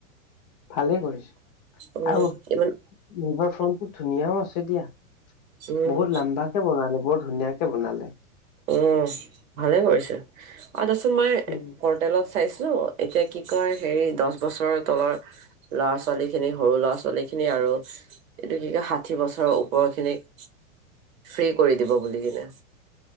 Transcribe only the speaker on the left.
ভালে কৰিছে
আৰু
ৰিভাৰ ফ্ৰন্টটো ধুনীয়াও আছে দিয়া,
বহুত লাম্বাকে বনালে বৰ ধুনীয়াকে বনালে।
উম।